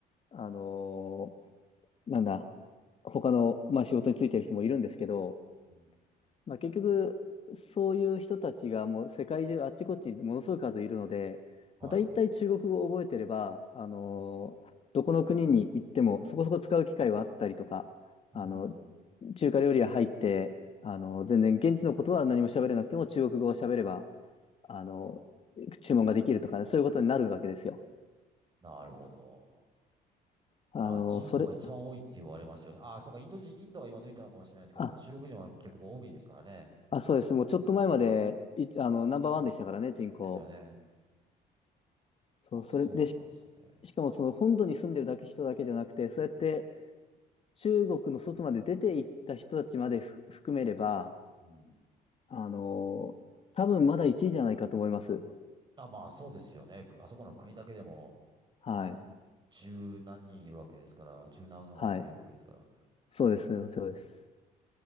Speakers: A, on the left; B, on the right.
A: あのなんだ、他の、まあ、仕事についてる人もいるんですけど、
B: うん
A: まあ、結局、そういう人たちがもう世界中あっちこっちにものすごい数いるので、
B: はい。
A: まあ、大体中国語を覚えてれば、あのーどこの国に行ってもそこそこ使う機会はあったりとか、
B: うん。
A: あの、中華料理屋入って、あの、全然現地のことは何も喋れなくても中国語を喋れば、あの、注文ができるとか、そういうことになるわけですよ。
B: なるほど。
A: あの、
B: まあ人口が一番多いって言われますよね。
A: それ、
B: ああ、そうか、インド人、インドが今抜いたのかもしれないですけども、
A: あ
B: 中国人は結局多いですからね。
A: あ、そうです。もうちょっと前まで、い、あの、ナンバーワンでしたからね、人口。
B: ですよね。
A: そう、
B: あ、
A: それでし、
B: そうなんですね。
A: しかもその本土に住んでるだけ人だけじゃなくて、そうやって中国の外まで出て行った人たちまでふ含めれば、
B: うん。
A: あのー多分まだ1位じゃないかと思います。
B: あ、まあそうですよね。あそこの国だけでも、
A: はい。
B: 何、十何人いるわけですから、十何億いるわけですから。
A: はい。そうです。そうです。